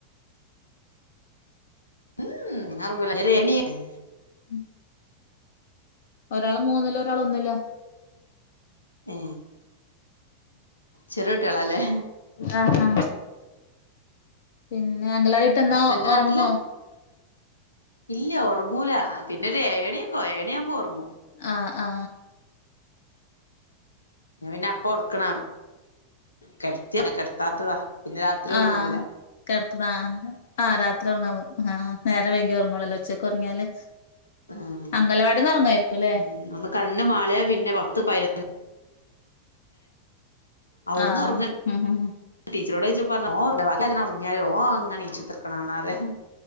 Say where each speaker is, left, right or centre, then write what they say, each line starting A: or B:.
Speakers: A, on the left; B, on the left.
A: ഉം <unintelligible>
B: ഉം ഒരാള് മൂന്നിലു ഒരാളൊന്നിലാ
A: ഏ ചെറിയുട്ട്യോളാലേ
B: അ ആ പിന്നെ അംഗലവാടി വന്നാ
A: ഹസ്ബൻഡ്
B: ഉറങ്ങോ
A: നാട്ടിലാ ഇല്ല്യ ഒറങ്ങൂല അ പിന്നൊരേഴണിക്കോ ഏഴണിയാവുമ്പോ ഒറങ്ങും
B: ആ ആ
A: ഞാപിന്നപ്പോ ഒർക്ക്ണ കെടത്തിയാ കെടത്താത്തതാ പിന്നെ രാത്രി ഒറങ്ങൂല
B: ആ കെടത്ത്ണാ അ രാത്രി ഒറങ്ങാൻ പോ ആ നേരവൈകിയുറങ്ങുളല്ലോ ഉച്ചക്കൊറങ്ങിയാല്
A: ആഹ്
B: അംഗലവാടിന്ന് ഒറങ്ങായിരിക്കുല്ലേ
A: ഉം ഒന്ന് കണ്ണ് മാളിയാ പിന്നെ പത്ത് പയിനൊ അവിടുന്നൊറങ്ങ്
B: ആഹ് ഉം ഉം
A: ടീച്ചറോട് ചൊയ്ച്ചപ്പറഞ്ഞ ഓഒറങ്ങൂലബാക്കിയോരെല്ലാ ഒറങ്ങിയാലും ഓ അങ്ങനീച്ചുത്തര്ക്കണാണാറയു